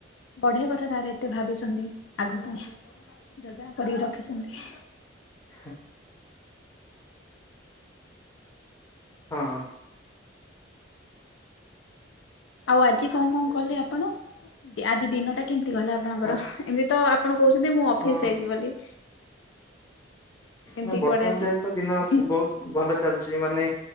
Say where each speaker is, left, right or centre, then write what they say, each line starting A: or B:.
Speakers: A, on the left (about 75°); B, on the left (about 15°).
A: ବଢିଆ କଥା ତାହଲେ ଏତେ ଭାବିଛନ୍ତି, ଆଗକୁ। ଯୋଜନା କରିକି ରଖିଛନ୍ତି।
B: ହ। ହଁ।
A: ଆଉ ଆଜି କଣ କଣ କଲେ ଆପଣ? ଆଜି ଦିନ ଟା କେମିତି ଗଲା ଆପଣଙ୍କର?
B: ଆ-
A: ଏମିତି ତ ଆପଣ କହୁଛନ୍ତି ମୁଁ ଅଫିସ୍
B: ଅ,
A: ଯାଇଚି ବୋଲି। ଏମିତି
B: ନା ବର୍ତ୍ତମାନ
A: କୁଆଡେ ଆଜି
B: ଯାଇ ତ ଦିନ
A: ହୁଁ
B: ବହୁତ୍ ଭଲ ଚାଲିଚି। ମାନେ